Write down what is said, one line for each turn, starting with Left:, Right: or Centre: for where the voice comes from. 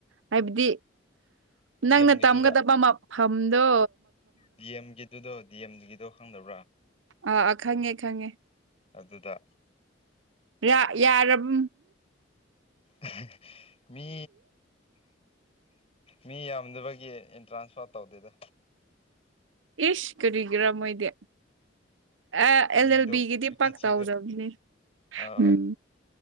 Right: ꯍꯥꯏꯕꯗꯤ
Left: ꯗꯤ
Right: ꯅꯪꯅ
Left: ꯑꯦꯝꯒꯤꯗꯨꯗ
Right: ꯇꯝꯒꯗꯕ ꯐꯝꯗꯣ
Left: ꯗꯤ ꯑꯦꯝꯒꯤꯗꯨꯗꯣ ꯗꯤ ꯑꯦꯝꯒꯤꯗꯣ ꯈꯪꯗꯕ꯭ꯔꯥ
Right: ꯑꯥ ꯈꯪꯉꯦ ꯈꯪꯉꯦ꯫
Left: ꯑꯗꯨꯗ꯫
Right: ꯌꯥ ꯌꯥꯔꯕ꯫
Left: ꯑꯍꯤ <inaudible> ꯃꯤ ꯃꯤ ꯌꯥꯝꯗꯕꯒꯤ ꯑꯦꯟꯇ꯭ꯔꯥꯟꯁꯐꯥꯔ ꯇꯧꯗꯦꯗ
Right: ꯏꯁ ꯀꯔꯤꯒꯤꯔꯥ ꯃꯣꯏꯗꯤ꯫ ꯑꯦ ꯑꯦꯜ
Left: ꯃꯤꯗꯣ
Right: ꯑꯦꯜ ꯕꯤꯒꯤꯗꯤ
Left: ꯚꯦꯀꯦꯟꯁꯤꯗꯣ
Right: ꯄꯛ ꯇꯎꯗꯕꯅꯦ
Left: ꯑꯥ
Right: ꯎꯝ